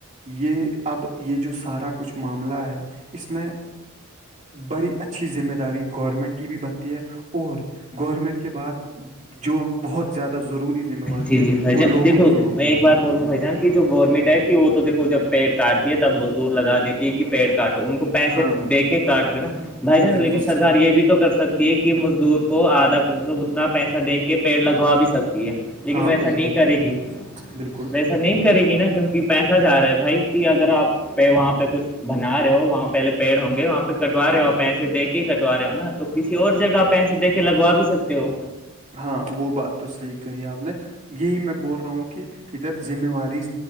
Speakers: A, on the right; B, in the centre.
A: یہ اب یہ جو سارا کچھ معاملہ ہے اس میں بڑی اچھی ذمہ داری گورنمنٹ کی بھی بنتی ہے اور گورنمنٹ کے بعد جو بہت زیادہ ضروری ذمہ واری
B: جی
A: ہے
B: بھائی
A: وہ
B: جن
A: لوگوں
B: دیکھو
A: کی ہوتی
B: میں ایک
A: ہے
B: بار بول رہ ہوں بھائی جان کی جو گورنمنٹ ہے کہ وہ تو دیکو جب پیڑ کاٹتی ہے تب مزدور لگ دیتی ہے کہ پیڑ کا کاٹو ان کو پیسے
A: ہاں
B: دے کے کاٹ رہی نا بھائی جانا
A: بالکل
B: لیکن سرار یہ بھی تو کر سکتی کہ مزدور کو آدھا مطب اتنا پیسہ دے کے پیڑ لگوا بھی سکتی ہے لیکن
A: ہاں
B: ویسا
A: بالکل
B: نہیں کرے گی
A: بالکل
B: ویسے ا نہیں کرے گی نا کیونکہ پیسہ جا رہا ہے بھائی کہ اگر آپ پہ وہاں پہ کچھ بنا رہے ہو وہاں پہلے پیڑ ہوں گے وہاں پہ کٹوا رہے ہو آپ پیسے دے کے ہی کٹوا رہے ہو نا تو کسی اور جگہ پیسے دے کے لگوا بھی سکتے ہو
A: ہاں وہ بات تو صحیح کہی آپ نے یہی میں بول رہا ہوں کہ ادھر ذمہ واری